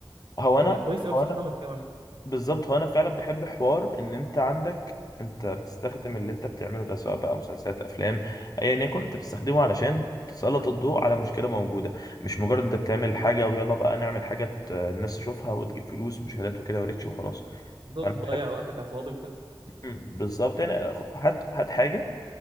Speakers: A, on the left; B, on the right.
A: هو انا
B: فكويس قوي بصح
A: هو انا
B: ان هم اتكلموا عليه
A: بالظبط هو انا فعلا بحب حوار ان انت عندك انت بتستخدم اللي انت بتعمله ده سواء بقى مسلسلات افلام ايا يكن انت بتستخدمه علشان تسلط الضوء على مشكله موجوده مش مجرد انت بتعمل حاجه ويلا بقى نعمل حاجه ت- الناس تشوفها وتجيب فلوس ومشاهدات وكده وريتش وخلاص
B: بدل
A: فانا بحب
B: تضيع وقتك على الفاضي وكده
A: مم، بالظبط يعني خ- هات هات حاجه